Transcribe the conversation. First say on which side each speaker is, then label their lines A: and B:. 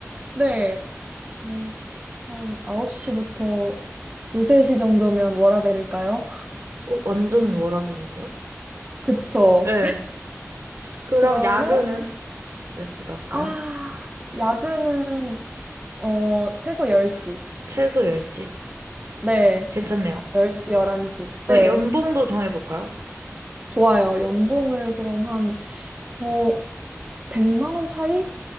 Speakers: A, on the right (about 25°); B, on the right (about 65°).
A: 네. 어, 한 9시부터 2, 3시 정도면 워라밸일까요?
B: 어, 완전 워라밸인데요?
A: 그쵸.
B: 네. 그럼
A: 그러면,
B: 야근은 몇 시로 할까요?
A: 아, 야근은, 어, 최소 10시.
B: 최소 10시.
A: 네.
B: 괜찮네요.
A: 10시, 11시.
B: 그럼
A: 네.
B: 연봉도 정해볼까요?
A: 좋아요. 연봉을 그럼 한, 어, 100만 원 차이?